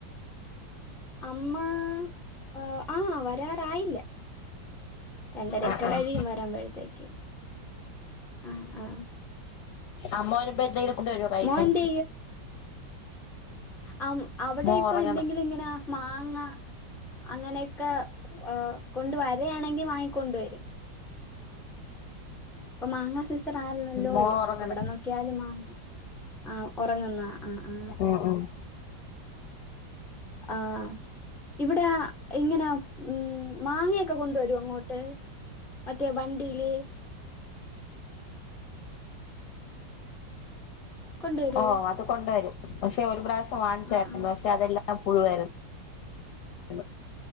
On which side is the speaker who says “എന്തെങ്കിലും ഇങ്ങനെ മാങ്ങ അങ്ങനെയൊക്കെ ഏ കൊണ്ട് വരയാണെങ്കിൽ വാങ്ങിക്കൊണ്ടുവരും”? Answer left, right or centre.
Centre